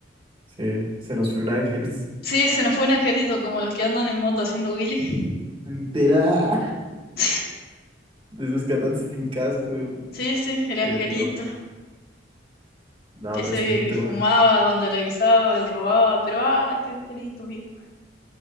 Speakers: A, on the right; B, on the left.
A: Sí, se nos fue un ángel.
B: Sí, se nos fue un angelito, como los que andan en moto haciendo Willy.
A: <laughs> Literal.
B: <laughs>
A: De esos que andan sin casco,
B: Sí, sí, el angelito.
A: épico. No,
B: Ese
A: pero sí es un
B: que
A: tema
B: fumaba, vandalizaba y robaba, pero ay, qué angelito, viejo.